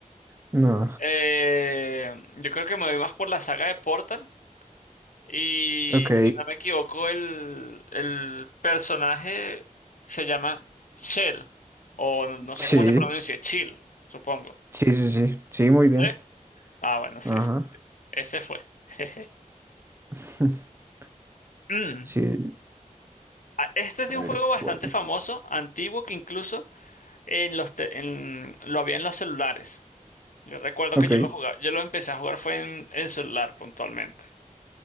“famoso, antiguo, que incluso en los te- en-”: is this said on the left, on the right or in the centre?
Left